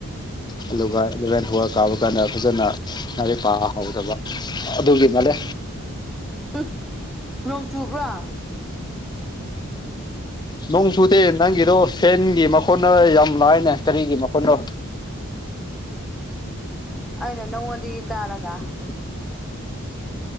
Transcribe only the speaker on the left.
ꯑꯗꯨꯒ ꯑꯦꯂꯚꯦꯟ ꯍꯨꯋꯦꯜꯕ ꯀꯥꯕ ꯀꯥꯟꯗ ꯐꯖꯅ ꯂꯥꯏꯔꯤꯛ ꯄꯥ ꯍꯧꯥꯎꯗꯕ ꯑꯗꯨꯒꯤ ꯃꯥꯂꯦ
ꯅꯣꯡ ꯆꯨꯗꯦ ꯅꯪꯒꯤꯗꯣ ꯐꯦꯟꯒꯤ ꯃꯈꯣꯟꯅ ꯌꯥꯝ ꯂꯥꯏꯅꯦ ꯀꯔꯤꯒꯤ ꯃꯈꯣꯟꯅꯣ
<unintelligible>